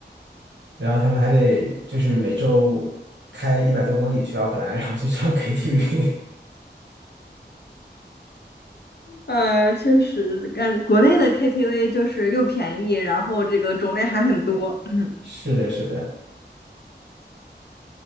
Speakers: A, on the right; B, on the left.
A: 然后他们还得就是每周开一百多公里去奥克兰，然后去唱 KTV。<laughs>
B: 呃，确实，感国内的 KTV 就是又便宜，然后这个种类还很多。<laughs>
A: 是的，是的，